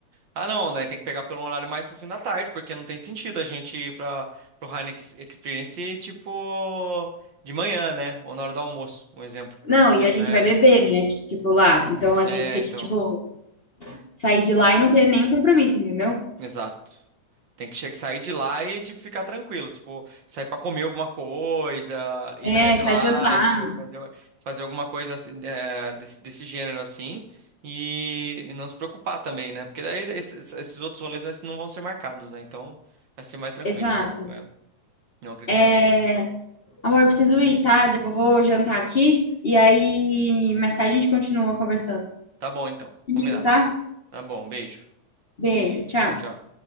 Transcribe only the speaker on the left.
Não, e a gente
vai beber, né? Tipo, lá. Então a
gente tem
que, tipo, sair de lá e não ter nenhum compromisso, entendeu?
É,
sair
jantar.
Exato.
É,
amor, eu preciso ir, tá? Depois eu vou jantar aqui e aí mais tarde a gente continua conversando.
Comigo,
tá?
Beijo, tchau.